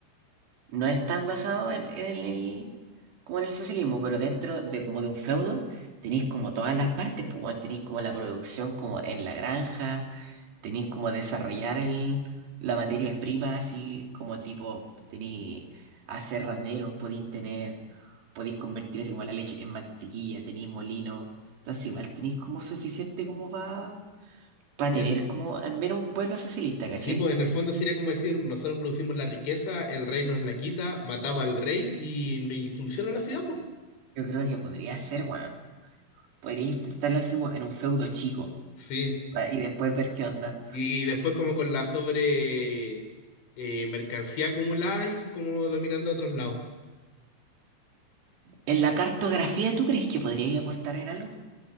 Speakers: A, on the right; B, on the left.
A: no es tan basado en, en el, como en el socialismo, pero dentro de como de un feudo tenéis como todas las partes, pues bueno, tenéis como la producción como en la granja, tenéis como desarrollar el, la materia prima, así como tipo, tenéis aserraderos, podéis tener, podéis convertir así como la leche en mantequilla, tenéis molino, entonces
B: Sí.
A: igual tenéis como suficiente como para para
B: En-
A: tener como al menos un pueblo socialista, ¿cachai?
B: Sí, pues en el fondo sería como decir, nosotros producimos la riqueza, el rey nos la quita, matamos al rey y, y funciona la ciudad, pues.
A: Yo creo que podría ser, weón. Podría intentarlo así weón, en un feudo chico
B: Sí.
A: ah, y después ver qué onda.
B: Y después como con la sobre eh, mercancía acumulada ir como dominando a otros lados.
A: ¿En la cartografía tú crees que podría aportar en algo?